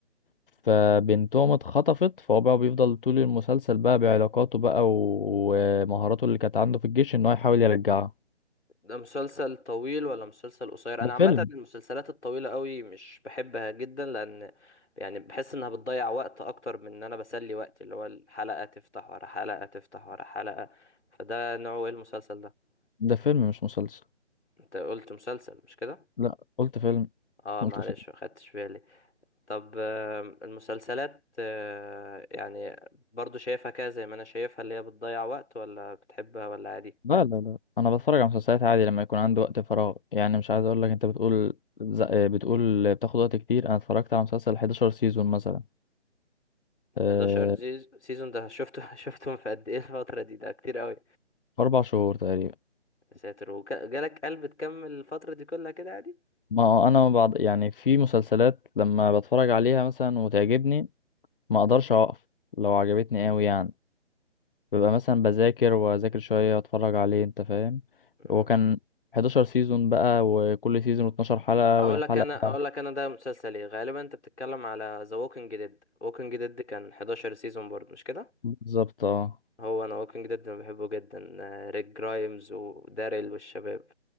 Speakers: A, on the left; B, on the left.
A: فبنتهم اتخطفت فهو بقى بيفضل طول المسلسل بقى بعلاقاته بقى و- ومهاراته اللي كانت عنده في الجيش ان هو يحاول يرجعها
B: ده مسلسل طويل ولا مسلسل قصير
A: ده
B: انا
A: فيلم
B: عامه المسلسلات الطويله قوي مش بحبها جدا لان يعني بحس انها بتضيع وقت اكتر من ان انا بسلي وقتي اللي هو الحلقه تفتح ورا حلقه تفتح ورا حلقه فده نوعه ايه المسلسل ده
A: ده فيلم مش مسلسل
B: انت قلت مسلسل مش كده
A: لا قلت فيلم
B: اه
A: قلت
B: معلش
A: فيلم
B: ما خدتش بالي طب آم، المسلسلات آه، يعني برضو شايفها كده زي ما انا شايفها اللي هي بتضيع وقت ولا بتحبها ولا عادي
A: لا لا لا انا بتفرج على مسلسلات عادي لما يكون عندي وقت فراغ يعني مش عايز اقول لك انت بتقول ز- آه، بتقول بتاخد وقت كتير انا اتفرجت على مسلسل 11 سيزون مثلا أه...
B: 11 زيز- سيزون ده شفته <laughs> شفتهم في قد ايه الفترة دي ده كتير قوي
A: في اربع شهور تقريبا
B: يا ساتر وجالك قلب تكمل الفترة دي كلها كده عادي
A: ما هو انا بعض يعني في مسلسلات لما بتفرج عليها مثلا وتعجبني ما اقدرش اوقف لو عجبتني قوي يعني ببقى مثلا بذاكر واذاكر شويه واتفرج عليه انت فاهم
B: مم.
A: وكان 11 سيزون بقى وكل سيزون 12 حلقه
B: اقول
A: والحلقه
B: لك انا اقول لك انا ده مسلسل ايه غالبا انت بتتكلم على ذا ووكينج ديد ووكينج ديد كان 11 سيزون برضه مش كده
A: بالظبط اه
B: هو انا ووكينج ديد انا بحبه جدا آه، ريك جرايمز وداريل والشباب